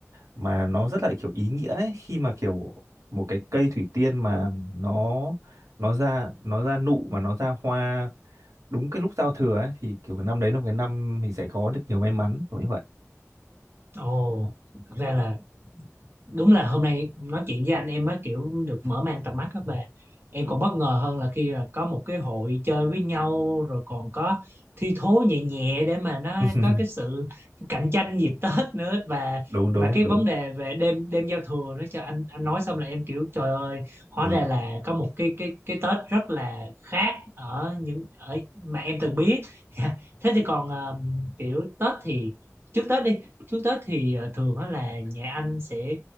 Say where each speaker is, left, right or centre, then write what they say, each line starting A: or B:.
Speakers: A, on the right (about 75°); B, on the right (about 45°).
A: mà nó rất là kiểu ý nghĩa ấy khi mà kiểu một cái cây thủy tiên mà nó nó ra nó ra nụ mà nó ra hoa đúng cái lúc giao thừa ấy thì kiểu cái năm đấy là một cái năm mình sẽ có được nhiều may mắn kiểu như vậy
B: ồ thật ra là đúng là hôm nay nói chuyện với anh em mới kiểu được mở mang tầm mắt á về em còn bất ngờ hơn là khi là có một cái hội chơi với nhau rồi còn có thi thố nhẹ nhẹ để mà nó
A: <laughs>
B: có cái sự cạnh tranh dịp Tết nữa và
A: đúng đúng
B: và cái
A: đúng
B: vấn đề về đêm đêm giao thừa nữa cho anh anh nói xong là em kiểu trời ơi hóa
A: ừ.
B: ra là có một cái cái cái Tết rất là khác ở những ở mà em từng biết <laughs> thế thì còn ờ, kiểu Tết thì trước Tết đi trước Tết thì ờ, thường á là nhà anh sẽ